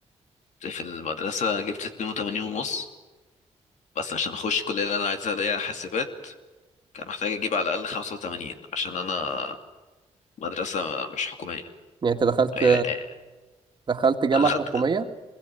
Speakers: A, on the left (about 80°); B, on the right (about 40°).
A: في المدرسه جبت 82 ونص بس عشان اخش الكليه اللي انا عايزها اللي هي حاسبات كان محتاج اجيب على الاقل 85 عشان انا مدرسه مش حكوميه
B: يعني انت دخلت
A: هي هي-
B: دخلت جامعة
A: انا دخلت
B: حكومية